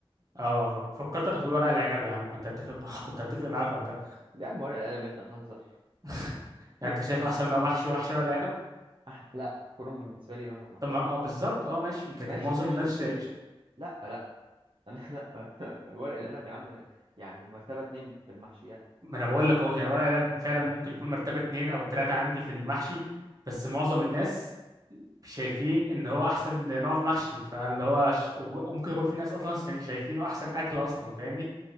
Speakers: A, on the right; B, on the right.
A: اه ف- فكرتك هتقول ورق العنب يا عم كنت اتفق <laughs> كنت اتفق معاك وقتها
B: يا عم ورق العنب احنا هنهزر
A: <laughs> يعني
B: <laughs>
A: انت شايف احسن نوع محشي وحشي ورق العنب
B: أح... لا كرنب بالنسبة لي رقم واحد
A: طب ما اه بالظبط اه ماشي لكن
B: ماشي
A: معظم
B: ماشي
A: الناس
B: بس
A: شا...
B: لا
A: ش-
B: لا أنا <laughs> لا ورق العنب يا عم يعني مرتبة اتنين في المحشيات
A: ما انا بقول لك اهو يعني ورق العنب فعلا ممكن يكون مرتبه اتنين او تلاته عندي في المحشي بس معظم الناس شايفين ان هو احسن نوع في محشي فاللي هو ش... وممكن يكون في ناس اصلا ش- شايفينه احسن اكل اصلا فاهمني